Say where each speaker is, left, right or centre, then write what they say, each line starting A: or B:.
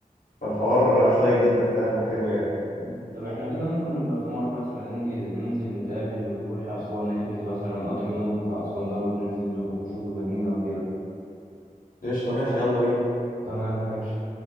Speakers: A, on the left (about 70°); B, on the right (about 75°).
A: فالحوار آه، شيق جدا فعلا وحلو يعني
B: مم. طب احنا كده ممكن نبقى في مره مثلا ننزل ننزل نتقابل ونروح اسوان نحجز مثلا قطر النوم بتاع اسوان دوت ننزل نروح نشوف المدينه وكده
A: قشطة ماشي يلا بينا
B: تمام ماشي